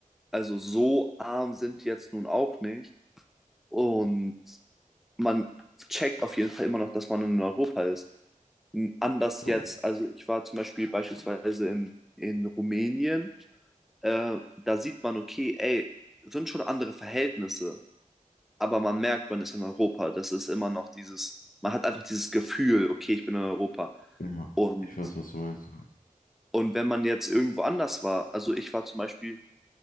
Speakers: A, in the centre; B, on the left (about 85°).
A: also so arm sind die jetzt nun auch nicht. Und man checkt auf jeden Fall immer noch, dass man in Europa ist. N- Anders
B: True.
A: jetzt, also ich war zum Beispiel beispielsweise in, in Rumänien, äh, da sieht man, okay, ey, sind schon andere Verhältnisse. aber man merkt, man ist in Europa. Das ist immer noch dieses, man hat einfach dieses Gefühl, okay, ich bin in Europa.
B: Ja,
A: Und,
B: ich weiß, was du meinst.
A: und wenn man jetzt irgendwo anders war, also ich war zum Beispiel